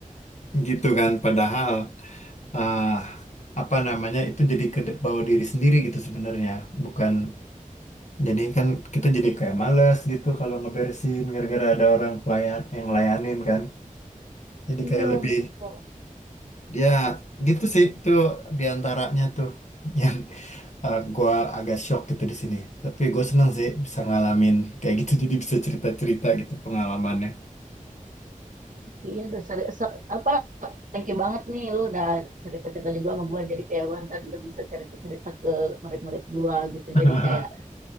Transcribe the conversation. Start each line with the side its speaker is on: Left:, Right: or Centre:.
Left: gitu kan. Padahal ah apa namanya itu jadi ke bawa diri sendiri gitu sebenarnya. Bukan jadi kan kita jadi kayak males gitu kalau ngeberesin gara-gara ada orang pelayan yang layanin kan. Jadi
Right: Iya,
Left: kayak lebih
Right: betul.
Left: ya gitu sih tuh diantaranya tuh yang eh, gua agak shock gitu di sini. Tapi gue seneng sih bisa ngalamin kayak gitu. Jadi bisa cerita-cerita gitu pengalamannya.
Right: Iya udah seri- se- apa thank you banget nih lu udah cerita-cerita juga sama gue. Jadi kayak gue ntar udah bisa cerita-cerita ke murid-murid gue gitu.
Left: <laughs>
Right: Jadi kayak